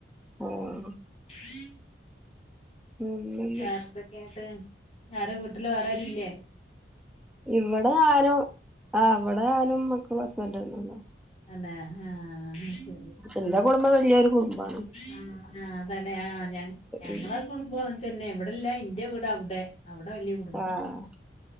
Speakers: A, in the centre; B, on the left.
A: ആഹ്
B: ീ <inaudible>
A: മ്
B: വേറെ എന്തൊക്കെയ എന്നിട്ട് വേറെ വീട്ടില് വേറൊരും ഇല്ല
A: ഇവിടെയരും ആ ഇവിടെ നാല് മക്കളും ഹസ്ബൻഡും ഞാനും ഉണ്ട്
B: അല്ലെ ആഹ ശരി
A: എന്റെ കുടുംബം വലിയൊരു കുടുംബമാണ്
B: ആ ആ അതല്ലെ ആഹ ഞ ഞങ്ങള്
A: ഉം
B: കുടുംബം അങ്ങനെ തന്നെ ഇവിടെ അല്ല ഇന്റെ വീട് അവിടെ അവിടെ വല്യ കുടുംബം തന്നെ
A: ആഹ